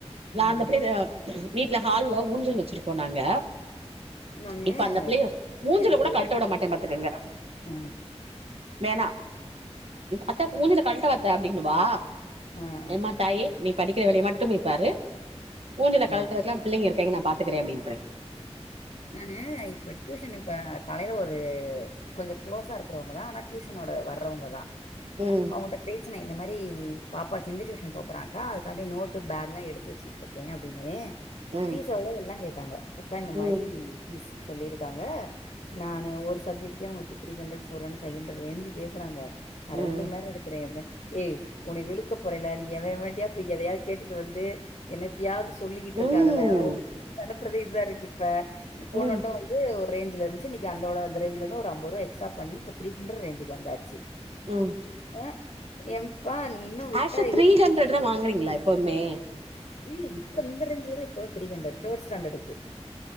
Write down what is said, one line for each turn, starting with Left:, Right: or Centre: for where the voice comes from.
Right: நா
Left: ம்.
Right: அந்த பிள்ளய ம் வீட்ல ஹால்ல ஊஞ்சல் வச்சிருப்போ நாங்க
Left: நானு
Right: இப்ப அந்த பிள்ளைகள
Left: டியூஷனுக்கு
Right: ஊஞ்சல குட கழ்ட்ட விட மாட்டே பாத்துக்கங்க
Left: அ,
Right: வேணா அத்த ஊஞ்சல கழ்ட்ட வாத்த அப்டின்னு வா
Left: அ
Right: ம்மா தாயே நீ படிக்கிற வேலய மட்டுபோய் பாரு ஊஞ்சல
Left: அ,
Right: கலட்றதுக்லா
Left: அ.
Right: பிள்ளங்க இருக்கங்க நா பாத்துக்குறே அப்டின்றே
Left: நானு இப்ப டியூஷன் இப்ப காலைல ஒரு கொஞ்சோ க்ளோஸா இருக்குரவங்கதா ஆன டியூஷனோட வர்றவங்க தா
Right: ம்
Left: அவுங்கள்ட்ட பேசுன இந்த மரி பாப்பா ஹிந்தி டியூஷன் போ பொறாக்கா அதுக்கான்டி நோட்டு பேக் லா எடுத்து வச்சிட்டுருக்கே அப்டின்னு
Right: ம்
Left: ஃபீஸ் எவ்ளோ எல்லா கேட்டாங்க அக்கா இந்த
Right: ம்
Left: மாரி ஃபீஸ் சொல்லிருக்காங்க நானு ஒரு சப்ஜெ்ட்கே அவுங்க இப்டி three hundred four hundred five hundred range பேசுறாங்க நா
Right: ம்
Left: ரெண்டு மணி நேரோ எடுக்றே அப்டே ஏய் உன்னை வெழுக்க போறேன்ல நீ எவ எவன்டயாவது போய் எதையாவது கேட்டுட்டு வந்து என்னத்தயாவது சொல்லிக்கிட்டு
Right: ம்
Left: இருக்காதல உன்கிட்ட டியூஷ அனுப்புறதே இதருக்கு இப்ப போனட்டு
Right: ம்
Left: வந்து ஒரு ரேஞ்ச்ல இருந் ச்சி நிக்கி அந்தட அந்த ரேஞ்லந்து ஒரு அம்பொ ரூவா எக்ஸ்ட்ரா பண்ணிப்ப த்ரீ ஹண்ரடு ரேஞ்சிக் வந்தாச்சி
Right: ம்
Left: அ என்ப்பா நீ இன்னும் விட்டா
Right: ஆஷா த்ரீ
Left: இ-
Right: ஹண்ட்ரட் தா வாங்குறீங்ளா எப்பமே
Left: இல்ல இப்ப இந்த ரேஞ்ல தா இப்ப தா த்ரீ ஹண்ட்ரட் தேர்ட் ஸ்டாண்டர்ட்க்கு